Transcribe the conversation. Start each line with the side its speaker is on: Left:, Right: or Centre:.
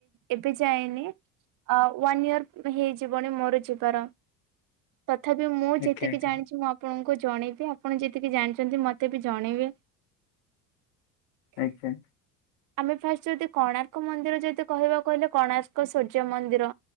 Right: ଏବେ ଯାଇନି। ୱାନ୍ ଇୟର ହେଇଯିବଣି ମୋର ଯିବାର। ତଥାପି ମୁଁ ଯେତିକି
Left: ଆଜ୍ଞା ଆଜ୍ଞା
Right: ଜାଣିଚି ମୁଁ ଆପଣଙ୍କୁ ଜଣେଇବି। ଆପଣ ଯେ ତିକି ଜାଣିଚନ୍ତି ମତେ ବି ଜଣେଇବେ।
Left: ଆଜ୍ଞା।
Right: ଆମେ ଫାଷ୍ଟ ଯଦି କୋଣାର୍କ ମନ୍ଦିର ଯଦି କହିବା କହିଲେ କୋଣାର୍କ ସୂର୍ଯ୍ୟ ମନ୍ଦିର।